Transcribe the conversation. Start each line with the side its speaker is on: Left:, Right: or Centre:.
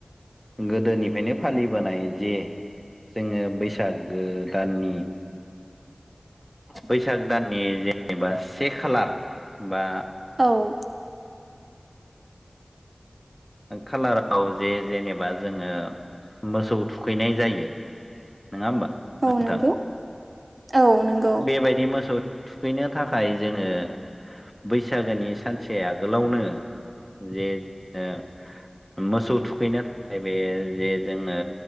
Centre: गोदोनिफ्रायनो फालिबोनाय जे जोंङो बैसागो दाननि बैसाग दाननि जेनेबा से खालार बा
Right: औ
Centre: खालाराव जे जेनेबा जोंङो मोसौ थुखैनाय जायो नंङा होमबा नोंथां
Right: औ नंगौ औ नंगौ
Centre: बेबायदि मोसौ थुखैनो थाखाय जोंङो बैसागोनि सानसे आगोलावनो जे ओ मोसौ थुखैनो थाखाय बे जे जोंङो